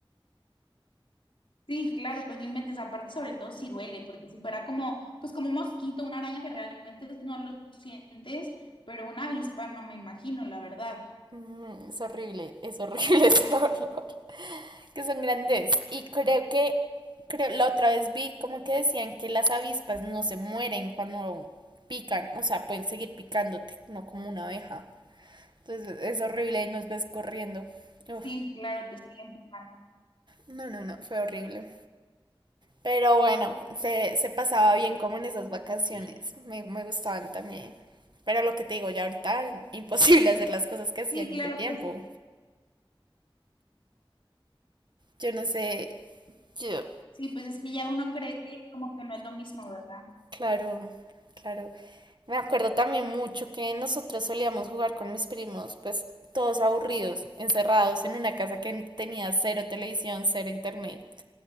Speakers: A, on the left (about 70°); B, on the right (about 55°).
A: Sí, claro, pues no inventes, aparte sobre todo si duele, porque si fuera como, pues como un mosquito, una araña que realmente no lo sientes, pero una avispa no me imagino, la verdad.
B: Mm, es horrible, es horrible <laughs> ese olor, que son grandes. Y creo que, creo, la otra vez vi como que decían que las avispas no se mueren cuando pican, o sea, pueden seguir picándote, no como una abeja. Entonces es horrible y nos ves corriendo. Uf,
A: Sí, claro, te estoy empujando.
B: no, no, no, fue horrible. Pero bueno, se, se pasaba bien como en esas vacaciones.
A: Sí,
B: Me, me gustaban también. Pero lo que te digo, ya ahorita <laughs> imposible hacer las cosas que hacía
A: sí,
B: en
A: claro,
B: ese tiempo.
A: pues
B: Yo no sé, yo,
A: sí, pues es que ya uno cree que como que no es lo mismo, ¿verdad?
B: claro, claro. Me acuerdo también mucho que nosotros solíamos jugar con mis primos, pues todos aburridos, encerrados en una casa que tenía cero televisión, cero internet.